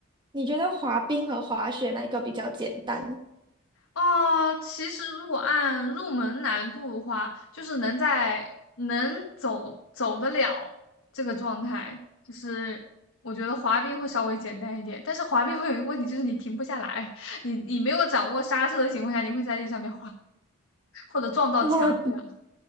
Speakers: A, on the right (about 20°); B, on the left (about 60°).
A: 你觉得滑冰和滑雪哪一个比较简单？
B: 哦，其实如果按入门难度的话，就是能在能走走得了这个状态，就是我觉得滑冰会稍微简单一点。但是滑冰会有一个问题，就是你停不下来，<laughs> 你你没有掌握刹车的情况下，你会在这上面滑或者撞到墙这样。
A: <laughs> 哦